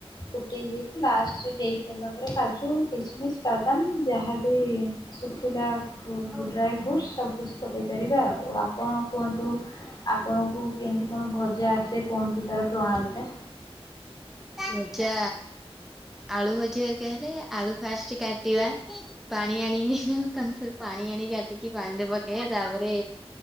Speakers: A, on the left (about 45°); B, in the centre.
A: ଫୁଟେଇ ଦେଇକି ଲାଷ୍ଟ ହେଇସାରିଲା ପରେ କାଜୁ କିସମିସ ବାଦାମ ଯାହାବି ଶୁଖିଲା
B: ଆଜ୍ଞା।
A: ଡ୍ରାଏ ଫ୍ରୁଟ୍ ସବୁ କିଛି ପକେଇ ପାରିବା ଆଉ ଆପଣ କୁହନ୍ତୁ ଆପଣଙ୍କୁ କେମିତି କଣ ଭଜା ଆସେ କୁହନ୍ତୁ ତାର ପ୍ରଣାଳୀ ଟା।
B: ଭଜା ଆଳୁ ଭଜା ହେରୀକା ହେଲେ ଆଳୁ ଫାଷ୍ଟ କାଟିବା। ପାଣି ଆଣିକି କନ୍ତୁର ପାଣି ଆଣିକି କାଟିକି ପାଣିରେ ପକେଇବା ତାପରେ